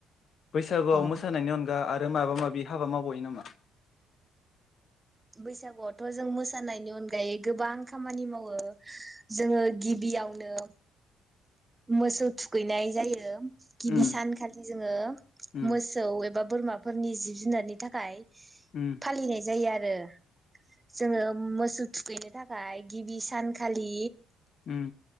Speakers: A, on the left; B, on the right.
A: बैसागुआव
B: अ
A: मोसानायनि अन दा आरो माबा माबि हाबा मावबायो नामा?
B: बैसागुआवथ' जों मोसानायनि अनगायै गोबां खामानि मावो जोङो गिबियावनो मोसौ थुखैनाय जायो गिबि
A: उम
B: सानखालि जोङो
A: उम
B: मोसौ एब बा बोरमाफोरनि जिब जुनारनि थाखाय
A: उम
B: फालिनाय जायो आ रो जोङो मोस थु-थुखैनो थाखाय गिबि सानखालि
A: उम